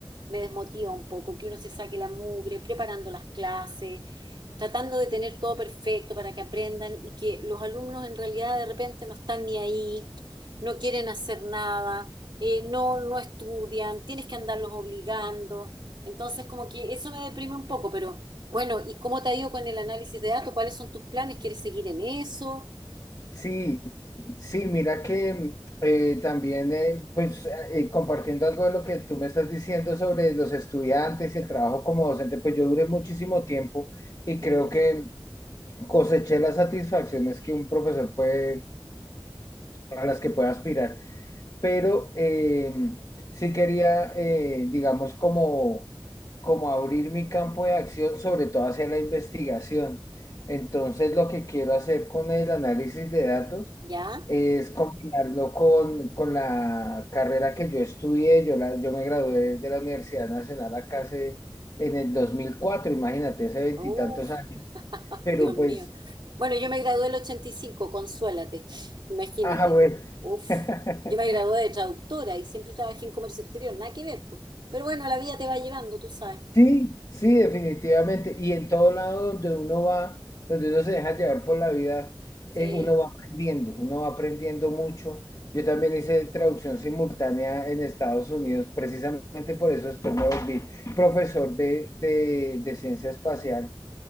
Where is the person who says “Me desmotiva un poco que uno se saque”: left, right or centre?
Right